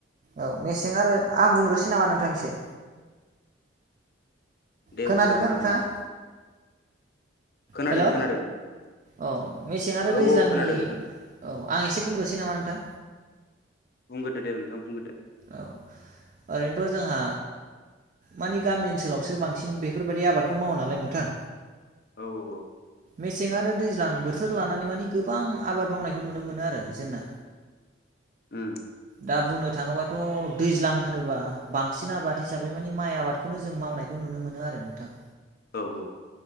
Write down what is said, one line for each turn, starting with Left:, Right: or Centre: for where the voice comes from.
Right: औ मेसें आरो आं बुंग्रोसै नामा नोंथांसे
Left: दे
Right: खोनादोंना
Left: बुंग्रदो दे
Right: नोंथाङा
Left: नोंथां खोनादों
Right: हेल'
Left: खोनादों
Right: औ मेसें आरो
Left: औ
Right: दैज्लांनि
Left: औ खोनादों
Right: औ
Left: नोंथां
Right: आं एसे बुंग्रोसै नामा नोंथां
Left: बुंगोदो दे नोंथां बुंग्रदो
Right: औ ओरैनोथ' जोंहा मानि गामि ओनसोलावसो बांसिन बेफोरबायदि आबादखौ मावा नालाय नोंथां
Left: औ औ औ
Right: मेसें आरो दैलां दैज्लां बोथोर लानानै मानिे गोबां आबाद मावनायखौ नुनो मोनो आरो जोंना
Left: उम
Right: दा बुंनो थाङोबाथ' दैज्लां होनोबा बांसिन आबाद हिसाबै मानिे माइ आबादखौनो जों मावनायखौ नु नुनो मोनो आरो नोंथां
Left: औ औ